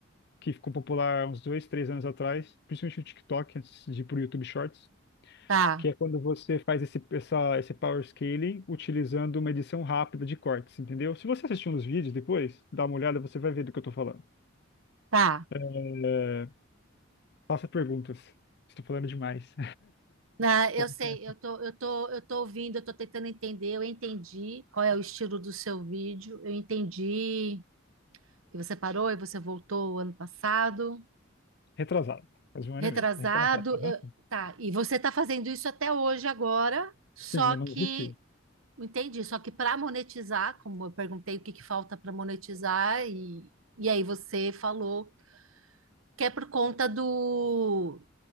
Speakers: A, on the left; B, on the right.
A: que ficou popular uns dois, três anos atrás, principalmente no TikTok, antes de ir pro YouTube Shorts,
B: tá,
A: que é quando você faz esse, essa, esse power scaling utilizando uma edição rápida de cortes, entendeu? Se você assistir uns vídeos depois, dá uma olhada, você vai ver do que eu tô falando.
B: tá.
A: É, faça perguntas. Estou falando demais.
B: Na- eu
A: <laughs>
B: sei, eu tô, eu tô, eu tô ouvindo, eu tô tentando entender, eu entendi qual é o estilo do seu vídeo, eu entendi que você parou e você voltou ano passado,
A: Retrasado. Faz um ano
B: retrasado,
A: e meio. Retrasado. Aham.
B: eu- tá, e você tá fazendo isso até hoje agora, só
A: Sim, eu
B: que
A: não desisti.
B: Entendi, só que para monetizar, como eu perguntei o que que falta para monetizar, e, e aí você falou que é por conta do.